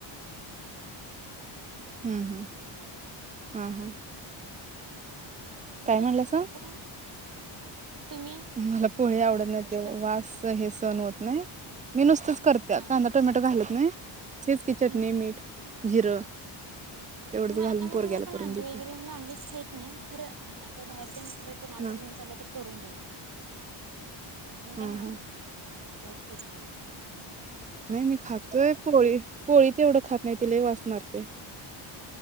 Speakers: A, on the right; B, on the right.
A: <unintelligible>
B: हम्-हम्, हं-हं काय
A: तुम्ही
B: म्हणलासा?
A: करता का? तुम्ही
B: मला पोळी आवडत नाही
A: कशी
B: त्याळ
A: करता
B: वास हे सन होत नाही. मी नुसतंच करत्या
A: हा
B: कांदा टोमॅटो घालत् नही तेच की चटणी,
A: हम्म.
B: मीठ, जिरं. तेवढंच
A: नॅआ
B: घालून
A: म्
B: पोरग्याला
A: मी पण
B: करून
A: अंडी
B: देत्या
A: वगैरे नॉनव्हेज खाईत नाही, खरं असं बाहेर तेन कुठं कुणाला
B: हा
A: तर घेऊन चाललं तर करून देते. मी
B: हा
A: काय नॉन्
B: हा
A: व्हेज करीत नाही.
B: नाही मी खातोय पोळी, पोळी तेवढं खात नाहीत. ते लई वास मारतंय.